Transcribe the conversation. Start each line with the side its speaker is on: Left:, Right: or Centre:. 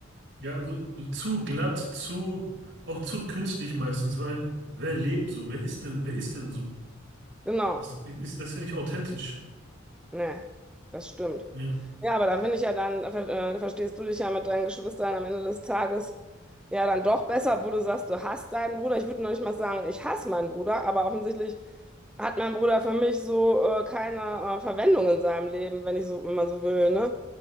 Right: Ja, also zu glatt, zu, auch zu künstlich meistens, weil wer lebt so? Wer ist denn, wer ist denn so?
Centre: genau.
Right: Das ist, das ist ja nicht authentisch.
Centre: Ne, das stimmt.
Right: Ja,
Centre: Ja, aber da finde ich ja dann, äh, verstehst du dich ja mit deinen Geschwistern am Ende des Tages ja dann doch besser, wo du sagst, du hasst deinen Bruder. Ich würde noch nicht mal sagen, ich hasse meinen Bruder, aber offensichtlich hat mein Bruder für mich so äh, keine äh, Verwendung in seinem Leben, wenn ich so, wenn man so will, ne?